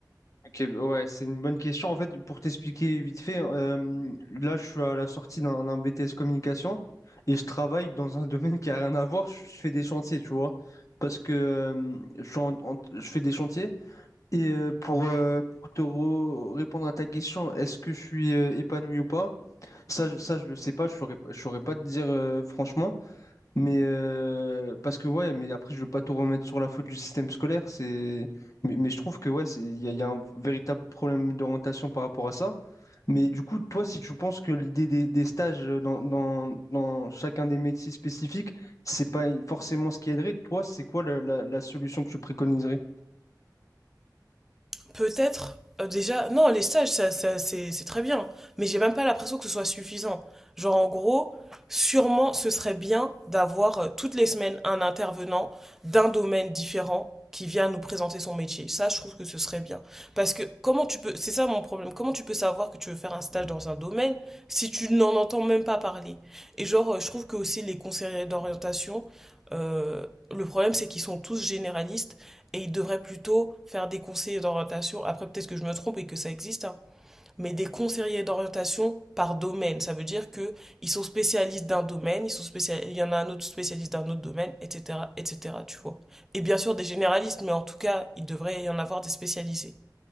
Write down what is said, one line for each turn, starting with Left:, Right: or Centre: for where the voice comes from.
Left: Ok, ouais, c'est une bonne question. En fait, pour t'expliquer vite fait, euh, là, je suis à la sortie d'un d'un BTS communication et je travaille dans un <laughs> domaine qui a rien à voir. Je fais des chantiers, tu vois, parce que euh, je, suis en- en- je fais des chantiers. Et euh, pour, euh, pour te re- répondre à ta question, est-ce que je suis euh, épanoui ou pas? Ça, je- ça, je le sais pas, je saurais, pas- je saurais pas te dire euh, franchement, mais euh, parce que ouais, mais après, je veux pas tout remettre sur la faute du système scolaire, c'est, mais, mais je trouve que ouais, c'est, il y, a il y a un véritable problème d'orientation par rapport à ça. Mais du coup, toi, si tu penses que l'idée des, des stages euh, dans, dans, dans chacun des métiers spécifiques, c'est pas forcément ce qui aiderait, toi, c'est quoi le- la, la solution que tu préconiserais?
Centre: Peut-être, euh, déjà, non, les stages, ça, ça, c'est c'est très bien, mais j'ai même pas l'impression que ce soit suffisant. Genre, en gros, sûrement, ce serait bien d'avoir euh, toutes les semaines un intervenant d'un domaine différent qui vient nous présenter son métier. Ça, je trouve que ce serait bien. Parce que comment tu peux, c'est ça mon problème, comment tu peux savoir que tu veux faire un stage dans un domaine si tu n'en entends même pas parler? Et genre, euh, je trouve que aussi les conseillers d'orientation, euh, le problème, c'est qu'ils sont tous généralistes et ils devraient plutôt faire des conseillers d'orientation. Après, peut-être que je me trompe et que ça existe, hein, mais des conseillers d'orientation par domaine. Ça veut dire que ils sont spécialistes d'un domaine, ils sont spécial... il y en a un autre spécialiste d'un autre domaine, etc., etc. Tu vois. Et bien sûr des généralistes, mais en tout cas, il devrait y en avoir des spécialisés.